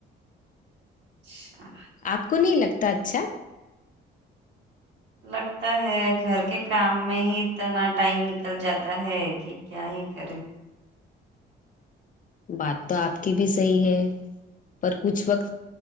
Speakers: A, on the right (about 65°); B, on the left (about 40°).
A: اچھا
B: آپ کو نہیں لگتا اچھا
A: لگتا ہے گھر کے کام میں ہی اتنا ٹائم نکل جاتا ہے کہ کیا ہی کرے
B: بات تو آپ کی بھی صحیح ہے پر کچھ وقت